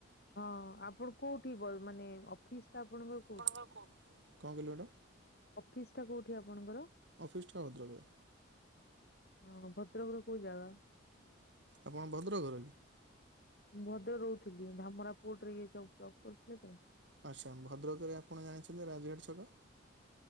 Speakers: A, on the left (about 50°); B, on the right (about 65°).
A: ହଁ ଆପଣ କୋଉଠି ବଲ ମାନେ ଅଫିସ ଟା ଆପଣଙ୍କର କୋ
B: ଆପଣଙ୍କ କୋ, କଣ କହିଲେ ହେଟା?
A: ଅଫିସଟା କୋଉଠି ଆପଣଙ୍କର?
B: ଅଫିସଟା ଭଦ୍ରକରେ।
A: ହଁ, ଭଦ୍ରକର କୋଉ ଜାଗା?
B: ଆପଣ ଭଦ୍ରକର କି?
A: ମୁଁ ଭଦ୍ର ରେ ରହୁଥିଲି। ଧାମରା ପୋର୍ଟରେ ଇଏ ଜବ- ଜବ କରୁଥିଲେ ତ।
B: ଆଚ୍ଛା, ଭଦ୍ରକରେ ଆପଣ ଜାଣିଛନ୍ତି ରାଜବାଟୀ ଛକ?